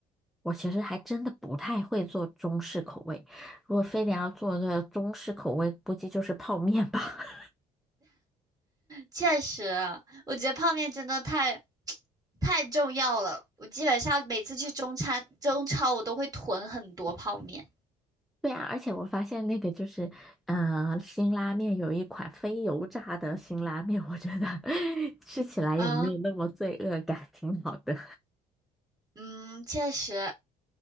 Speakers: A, in the centre; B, on the right.
A: 我其实还真的不太会做中式口味，如果非得要做个中式口味，估计就是泡面吧。<laughs>
B: 确实，我觉得泡面真的太 <tsk> 太重要了。我基本上每次去中餐中超，我都会囤很多泡面。
A: 对啊，而且我发现那个就是，呃，辛拉面有一款非油炸的辛拉面，我觉得 <laughs> 吃起来也没有那么罪恶感，
B: 啊，
A: 挺好的。
B: 嗯，确实，